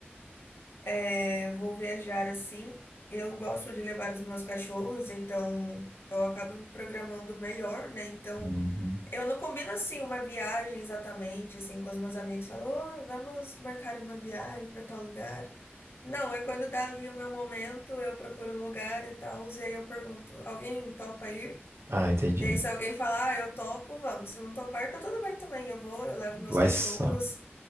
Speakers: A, on the left (about 65°); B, on the right (about 90°).
A: é, vou viajar assim, eu gosto de levar os meus cachorros, então eu acabo me programando melhor, né? Então
B: Uhum.
A: Eu não combino assim uma viagem exatamente, assim, com os meus amigos, Falou, "Oi, vamos marcar uma viagem para tal lugar. Não, é quando dá ali o meu momento, eu procuro um lugar e tal, e aí eu pergunto, alguém topa ir?
B: Ah, entendi.
A: E aí se alguém falar, ah, eu topo, vamos. Se não topar, tá tudo bem também, eu vou, eu levo meus
B: Vai
A: cachorros.
B: só.